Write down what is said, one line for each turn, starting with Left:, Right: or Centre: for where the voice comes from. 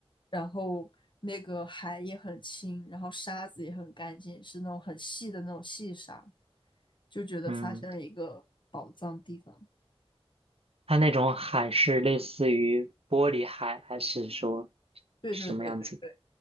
Left: 然后那个海也很清，然后沙子也很干净，是那种很细的那种细沙，就觉得发现了一个宝藏地方。
Right: 嗯，它那种海是类似于玻璃海，还是说
Left: 对对对对对，
Right: 什么样子的？